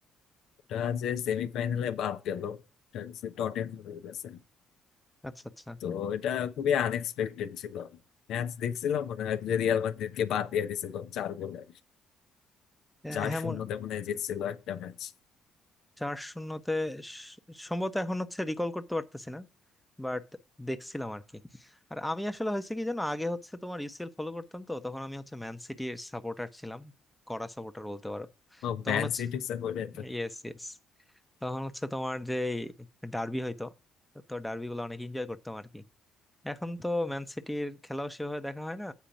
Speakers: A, on the left; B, in the centre.
A: ওটা যে সেমিফাইনালে বাদ গেল ওটা হচ্ছে টটেনহাম হয়ে গেছে
B: আচ্ছা আচ্ছা
A: তো এটা খুবই আনএক্সপেক্টেড ছিল ম্যাচ দেখছিলাম মনে হয় যে রিয়াল মাদ্রিদকে বাদ দিয়ে দিয়েছিল চার গোলে
B: এ,
A: চার
B: হ্যাঁ
A: শূন্যতে
B: মনে-
A: মনে হয় জিতছিল একটা ম্যাচ
B: চার শূন্যতে স- সম্ভবত এখন হচ্ছে রিকল করতে পারতেছি না বাট দেখছিলাম আর কি আর আমি আসলে হয়েছে কি জানো আগে হচ্ছে তোমার ইউসিএল ফলো করতাম তো তখন আমি হচ্ছে ম্যান সিটির সাপোর্টার ছিলাম কড়া সাপোর্টার বলতে পারো
A: ও
B: তখন
A: ম্যান
B: হচ্ছে
A: সিটির সাপোর্টার তো,
B: ইয়েস ইয়েস তখন হচ্ছে তোমার যে ডার্বি হইতো তো ডার্বি গুলো অনেক এনজয় করতাম আর কি এখন তো ম্যান সিটির খেলাও সেভাবে দেখা হয় না